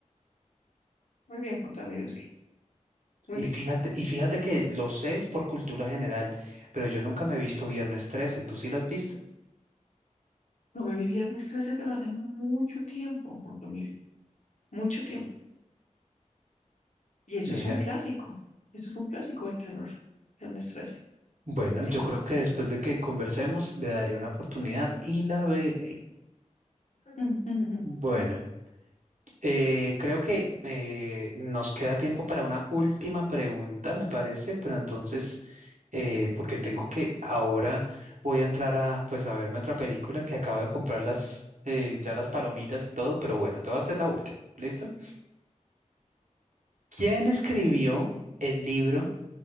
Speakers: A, on the left; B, on the right.
A: Muy bien, Juan Camilo, sí. Muy
B: Y
A: bien.
B: fíjate, y fíjate que lo sé es por cultura general, pero yo nunca me he visto Viernes trece ¿Tú sí lo has visto?
A: No me vi Viernes 13, pero hace mucho tiempo, Juan Camilo. Mucho tiempo. Y eso
B: Mira.
A: es un clásico. Eso es un clásico del terror. Viernes 13,
B: Bueno,
A: sí.
B: yo creo que después de que conversemos le daré una oportunidad y la veré.
A: <laughs>
B: Bueno, eh, creo que eh, nos queda tiempo para una última pregunta, me parece, pero entonces, eh, porque tengo que ahora voy a entrar a, pues, a verme otra película que acabo de comprar las, eh, ya las palomitas y todo, pero bueno, te voy a hacer la última, ¿listo? ¿Quién escribió el libro